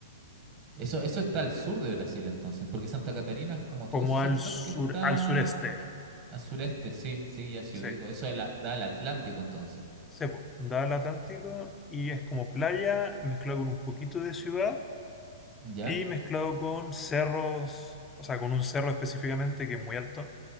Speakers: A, on the right (about 40°); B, on the left (about 15°).
A: Eso, eso está al sur de Brasil entonces, porque Santa Catarina es como todo
B: como
A: ese sector
B: al sur,
A: que está
B: al sureste,
A: al sureste, sí, sí, ya sí
B: sí.
A: ubico. Eso es la- da al Atlántico entonces.
B: Cepo, da al Atlántico y es como playa mezclado con un poquito de ciudad
A: ¿Ya?
B: y mezclado con cerros, o sea, con un cerro específicamente que es muy alto,